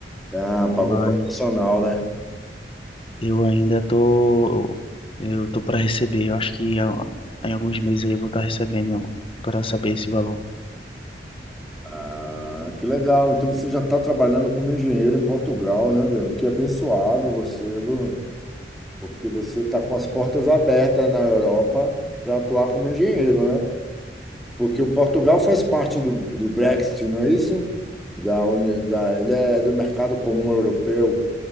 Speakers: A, in the centre; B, on the left.
A: Ah, pagou
B: mas
A: proporcional, né?
B: eu ainda tô eu tô para receber. Eu acho que ah, em alguns meses aí eu vou estar recebendo para saber esse valor.
A: Ah, que legal. Então você já está trabalhando como engenheiro em Portugal, né, velho? Que abençoado você, viu? porque você está com as portas abertas na Europa para atuar como engenheiro, né? Porque o Portugal faz parte do, do Brexit, não é isso? Da, uni- da, ele é do mercado comum europeu.